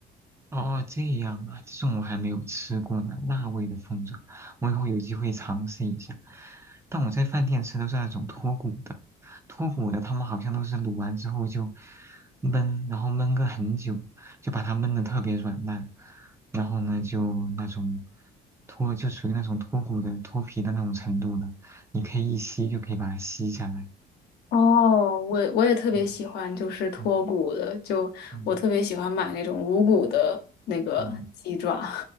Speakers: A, on the right; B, on the left.
A: 哦，这样啊，这种我还没有吃过呢，辣味的凤爪，我以后有机会尝试一下。但我在饭店吃都是那种脱骨的，脱骨的他们好像都是卤完之后就焖，然后焖个很久，就把它焖的特别软烂，然后呢就那种脱就属于那种脱骨的脱皮的那种程度的，你可以一吸就可以把它吸下来。
B: 哦，我我也特别喜欢，
A: 嗯
B: 就是脱骨的，
A: 嗯
B: 就我特别喜欢买那种无骨的那个鸡爪，
A: 嗯嗯，